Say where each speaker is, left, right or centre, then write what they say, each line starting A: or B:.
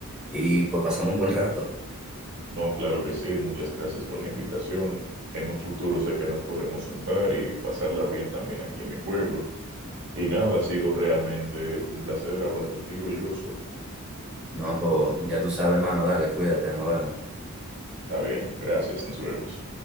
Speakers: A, in the centre; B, on the right.
A: y pues pasamos un buen rato.
B: No, claro que sí, muchas gracias por la invitación. En un futuro sé que nos podremos juntar y pasarla bien también aquí en mi pueblo. Y nada, ha sido realmente un placer hablar contigo, Joshua.
A: No, pues ya tú sabes, hermano, dale, cuídate, nos vemos.
B: Está bien, gracias, nos vemos.